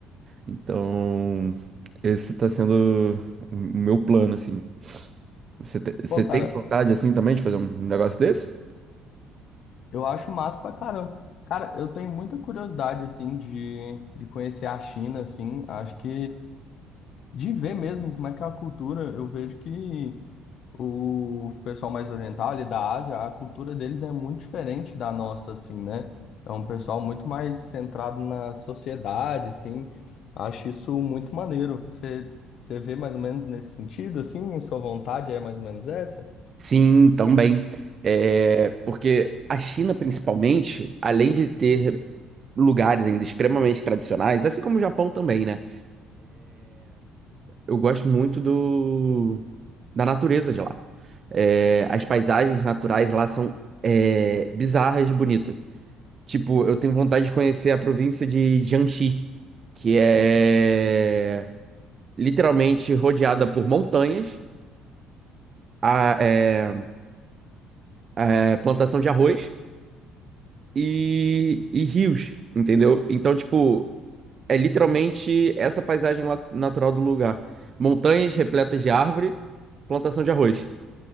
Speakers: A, on the right; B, on the left.
A: Então, esse tá sendo o meu plano, assim. Você, te- você
B: Pô, cara,
A: tem vontade, assim, também de fazer um negócio desse?
B: eu acho massa pra caramba. Cara, eu tenho muita curiosidade, assim, de, de conhecer a China, assim. Acho que de ver mesmo como é que é a cultura. Eu vejo que o pessoal mais oriental ali da Ásia, a cultura deles é muito diferente da nossa, assim, né? É um pessoal muito mais centrado na sociedade, assim. Acho isso muito maneiro. Você, você vê mais ou menos nesse sentido, assim? Sua vontade é mais ou menos essa?
A: Sim, também. É, porque a China, principalmente, além de ter lugares ainda extremamente tradicionais, assim como o Japão também, né? eu gosto muito do, da natureza de lá. É, as paisagens naturais lá são é, bizarras de bonitas. Tipo, eu tenho vontade de conhecer a província de Jiangxi, que é literalmente rodeada por montanhas, a, é, é, plantação de arroz e, e rios, entendeu? Então, tipo, é literalmente essa paisagem lá- natural do lugar. Montanhas repletas de árvore, plantação de arroz.